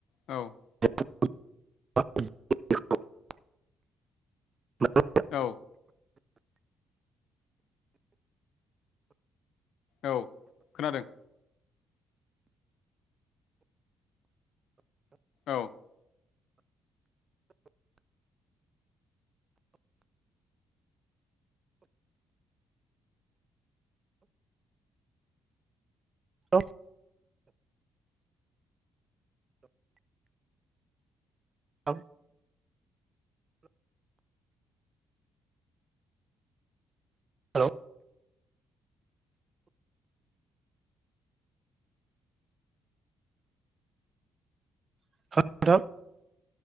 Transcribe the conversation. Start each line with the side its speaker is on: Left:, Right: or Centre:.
Left: औ
Right: <unintelligible>
Left: औ। औ खोनादों। औ।
Right: औ। औ। हेल' <unintelligible>